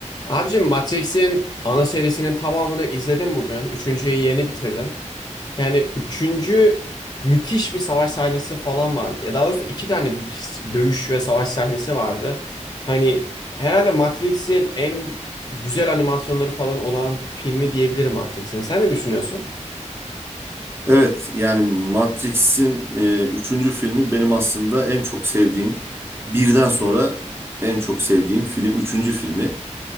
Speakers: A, on the left; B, on the right.
A: Abicim Matrix'in ana serisinin tamamını izledim bugün. Üçüncüyü yeni bitirdim. Yani üçüncü müthiş bir savaş sahnesi falan var. Ya daha doğrusu iki tane müthiş dövüş ve savaş sahnesi vardı. Hani herhalde Matrix'in en güzel animasyonları falan olan filmi diyebilirim Matrix'in. Sen ne düşünüyorsun?
B: Evet yani Matrix'in e, üçüncü filmi benim aslında en çok sevdiğim birden sonra en çok sevdiğim film üçüncü filmi.